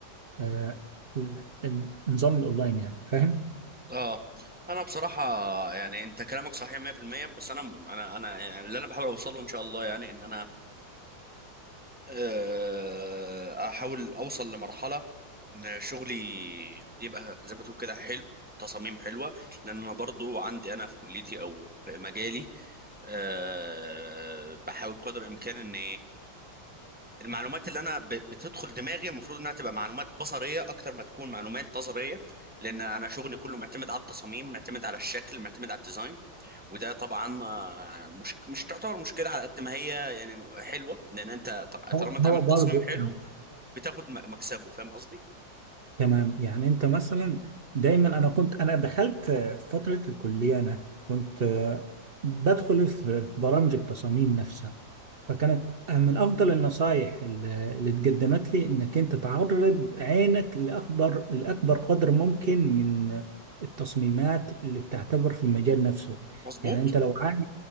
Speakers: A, on the right; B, in the centre.
A: آه، ال- النظام الاونلاين يعني فاهم؟
B: اه انا بصراحه يعني انت كلامك صحيح 100% بس انا انا انا يعني اللي انا بحاول اوصله ان شاء الله يعني ان انا آه، احاول اوصل لمرحله ان شغلي يبقى زي ما تقول كده حلو تصاميم حلوه لان انا برضو عندي انا في كليتي او في مجالي آه، بحاول بقدر الامكان اني المعلومات اللي انا ب- بتدخل دماغي المفروض انها تبقى معلومات بصريه اكتر ما تكون معلومات نظريه لان انا شغلي كله معتمد على التصاميم معتمد على الشكل معتمد على الديزاين وده طبعا آه، مش مش تعتبر مشكله على قد ما هي يعني حلوه لان انت ط-
A: هو
B: طالما انت
A: هو
B: عملت
A: برضه
B: تصميم حلو بتاخد م- مكسبه فاهم قصدي
A: تمام يعني انت مثلا دايما انا كنت انا دخلت آه، فترة الكلية انا كنت آه، بدخل في في برامج التصاميم نفسها فكانت آه، من افضل النصايح ال- اللي اتقدمت لي انك انت تعرض عينك لاكبر لاكبر قدر ممكن من التصميمات اللي بتعتبر في المجال نفسه
B: مظبوط
A: يعني انت لو عايز